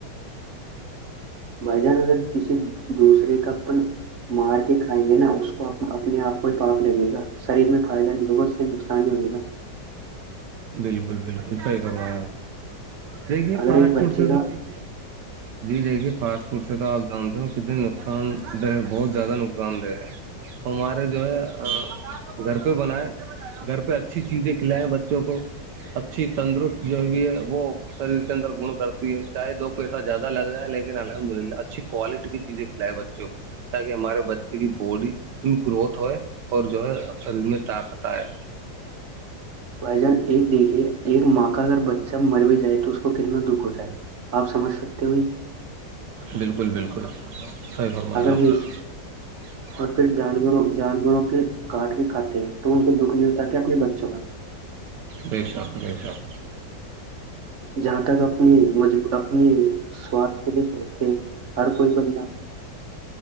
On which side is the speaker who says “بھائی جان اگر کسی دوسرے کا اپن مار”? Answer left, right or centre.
Right